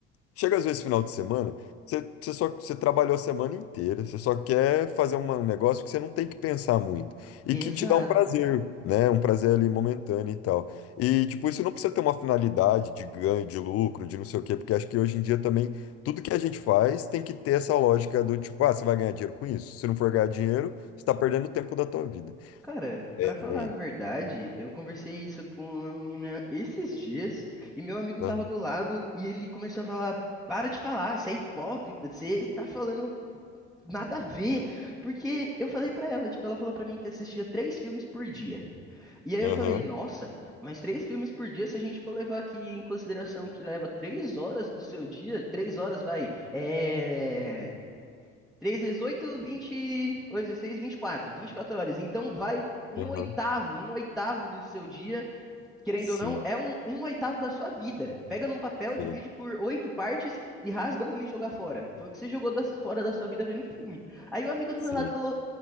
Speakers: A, on the left; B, in the centre.
A: Chega às vezes final de semana, você, você só você trabalhou a semana inteira, você só quer fazer uma- um negócio que você não tem que pensar muito e
B: Exato.
A: que te dá um prazer, né? Um prazer ali momentâneo e tal. E tipo, isso não precisa ter uma finalidade de ganho, de lucro, de não sei o quê, porque acho que hoje em dia também tudo que a gente faz tem que ter essa lógica do tipo, ah, você vai ganhar dinheiro com isso? Se não for ganhar dinheiro, você tá perdendo o tempo da tua vida.
B: Cara,
A: É,
B: para falar a verdade,
A: é,
B: eu conversei isso com uma menina esses dias e meu amigo
A: aham,
B: tava do lado e ele começou a falar: "Para de falar, você é hipócrita, você tá falando nada a ver". Porque eu falei pra ela, tipo, ela falou pra mim que assistia três filmes por dia. E aí
A: aham,
B: eu falei, nossa, mas três filmes por dia, se a gente for levar aqui em consideração que leva três horas do seu dia, três horas vai, é... 3 vezes 8, 20, 8, 16, 24, quatro vinte e quatro horas. Então vai um
A: aham,
B: oitavo, um oitavo do seu dia, querendo
A: sim,
B: ou não, é um, um oitavo da sua vida. Pega num papel, divide
A: sim,
B: por oito partes e rasga uma e joga fora. Foi o que você jogou das- fora da sua vida vendo filme. Aí o amigo do
A: sim.
B: meu lado falou,